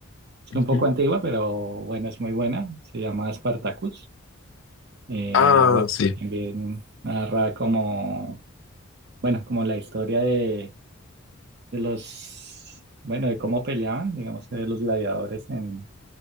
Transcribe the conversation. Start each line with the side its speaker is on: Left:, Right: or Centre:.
Right: Es
Left: ujú.
Right: un poco antigua, pero bueno, es muy buena. Se llama Spartacus. Eh,
Left: Ah,
Right: bueno,
Left: sí.
Right: también narra como, bueno, como la historia de, de los, bueno, de cómo peleaban, digamos, de los gladiadores en,